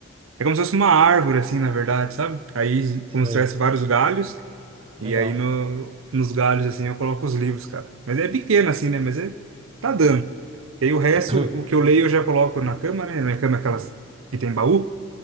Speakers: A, on the right; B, on the right.
A: É como se fosse uma árvore, assim, na verdade, sabe? Aí, como
B: Sei,
A: se tivesse vários galhos, e
B: legal.
A: aí no, nos galhos, assim, eu coloco os livros, cara. Mas é pequeno, assim, né? Mas é, tá dando. E aí o resto,
B: <clears throat>
A: o que eu leio, eu já coloco na cama, né? Minha cama é aquelas que tem baú,